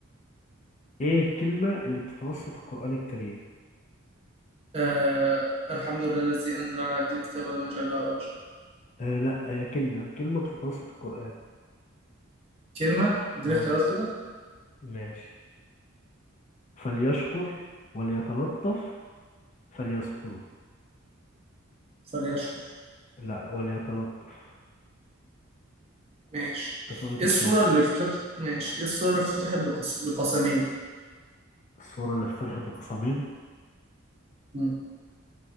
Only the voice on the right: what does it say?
آه الحمد لله الذي أنزل على عبد الكتاب ولم يجعل له عوجا
كلمة اديني
اختيارات كده
فليشكر
ماشي
ايه
الصورة اللي افتتحت ماشي ايه الصورة اللي افتتحت بقس... بقسمين
مم.